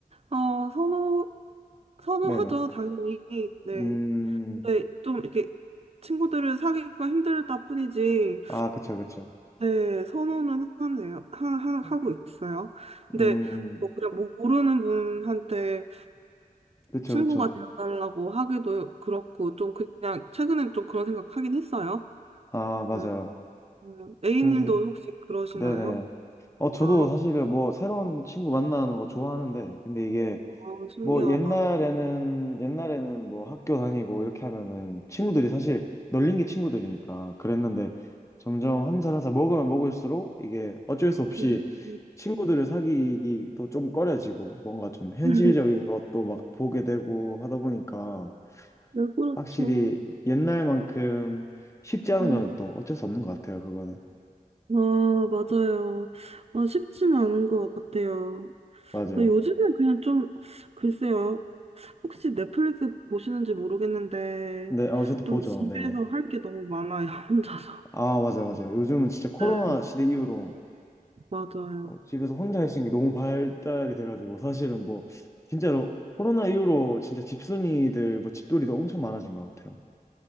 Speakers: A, on the right; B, on the left.
A: 어, 선호, 선호하죠,
B: 네네.
A: 당연히. 네.
B: 음,
A: 근데 좀 이렇게 친구들을 사귀기가 힘들다 뿐이지,
B: 아, 그쵸, 그쵸.
A: 네, 선호는 하네요. 하, 하, 하고
B: 음.
A: 있어요. 근데
B: 음,
A: 뭐 그냥 모르는 분한테
B: 그쵸,
A: 친구가
B: 그쵸.
A: 되어달라고 하기도 그렇고, 좀 그냥, 최근엔 좀 그런 생각 하긴 했어요.
B: 아, 맞아요.
A: 네. 음, A님도
B: 그래서,
A: 혹시 그러시나요?
B: 네네. 어, 저도
A: 아,
B: 사실은 뭐 새로운 친구 만나는 거 좋아하는데, 근데 이게
A: 너무 신기하다.
B: 뭐 옛날에는 옛날에는 뭐 학교 다니고 이렇게 하면은 친구들이 사실 널린 게 친구들이니까 그랬는데 점점 한 살 한 살 먹으면 먹을수록 이게 어쩔 수 없이
A: 음, 음,
B: 친구들을 사귀기도 좀 꺼려지고 뭔가 좀 현실적인
A: 음. <laughs>
B: 것도 막 보게 되고 하다 보니까
A: 네, 그렇죠.
B: 확실히 옛날만큼 쉽지 않은
A: 음.
B: 거는 또 어쩔 수 없는 것 같아요 그거는
A: 아, 맞아요. 아, 쉽지는 않은 것 같아요.
B: 맞아요
A: 근데 요즘엔 그냥 좀, 글쎄요. 혹시 넷플릭스 보시는지 모르겠는데,
B: 근데 아 저도 보죠
A: 좀 집에서
B: 네네
A: 할 게 너무 많아요, <laughs> 혼자서.
B: 아 맞아 요 맞아 요 요즘은 진짜 코로나
A: 네,
B: 시대 이후로
A: 맞아요.
B: 어, 집에서 혼자 할 수 있는 게 너무 발달이 돼가지고 사실은 뭐 진짜로 코로나 이후로 진짜 집순이들 뭐 집돌이도 엄청 많아진 것 같아요.